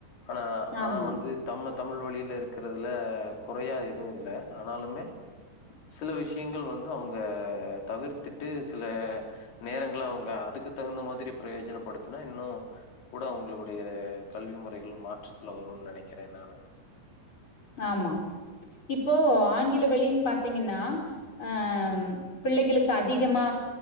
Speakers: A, on the left; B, on the left.
A: ஆனா ஆனா
B: ஆமா
A: வந்து தம்ம தமிழ் வழில இருக்றதுல குறையா எதுவு இல்ல ஆனாலுமே சில விஷ்யங்கள் வந்து அவ்ங்க தவிர்த்திட்டு சில நேரங்கள்ல அவ்ங்க அதுக்கு தகுந்த மாதிரி ப்ரேஜனப்படுத்துனா இன்னு கூட அவ்ங்களுடைய கல்வி முறைகள் மாற்றத்துல வருன் நெனைக்கிறே நானு
B: ஆமா இப்போ ஆங்கில வழின் பாத்தீங்கனா ஆஹ்ம்
A: ம்
B: பிள்ளைகளுக் கு அதிகமா